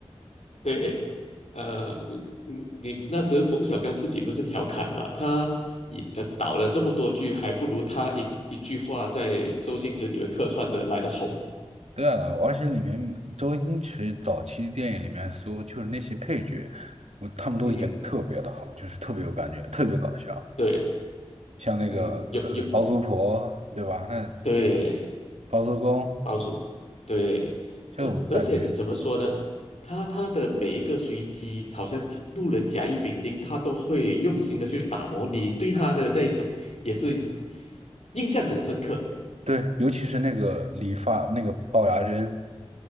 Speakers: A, on the left (about 80°); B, on the right (about 80°).
A: <laughs> 对，呃，嗯，你那时候冯小刚自己不是调侃嘛，他也呃导了这么多剧，还不如他一一句话在周星驰里面客串的来的红。
B: 对啊，而且里面周星驰早期电影里面所有就是那些配角，我他们都演的特别的好，
A: 嗯，
B: 就是特别有感觉，特别搞笑。
A: 对，
B: 像那个呃包租婆，
A: 嗯，有有，
B: 对吧？那
A: 对，
B: 包租公
A: 包住，对，
B: 就感觉
A: 而而且你怎么说呢？他他的每一个随机，好像甲路人甲乙丙丁，他都会用心的去打磨你对他的那一首，也是印象很深刻。
B: 对，尤其是那个理发那个龅牙珍，